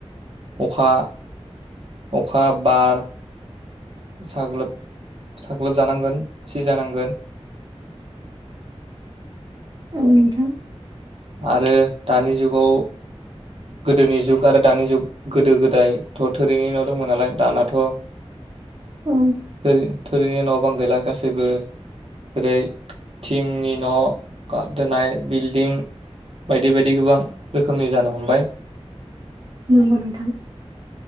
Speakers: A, on the right (about 60°); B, on the right (about 40°).
A: अखा अखा बार साग्लोब साग्लोब जानांगोन सिजा नांगोन।
B: औ नोंथां
A: आरो दानि जुगाव गोदोनि जुग आरो दानि जुग गोदो गोदायथ' थोरैनि न' दंमोन नालाय दानाथ'
B: औ
A: थोरि थोरिनि न' बां गैला गासैबो रै थिंनि न' गाब दोनाय बिल्दिं बायदि बायदि गोबां रोखोमनि जानो हमबाय
B: नंगौ नोंथां